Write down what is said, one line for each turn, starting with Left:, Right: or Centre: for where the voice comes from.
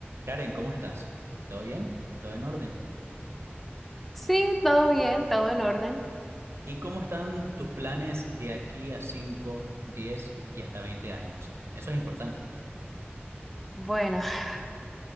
Right: Karen, ¿cómo estás? ¿Todo bien? ¿Todo en orden?
Centre: Sí, todo bien, todo en orden.
Right: ¿Y cómo están tus planes de aquí a 5, 10 y hasta 20 años? Eso es importante.
Centre: Bueno, <laughs>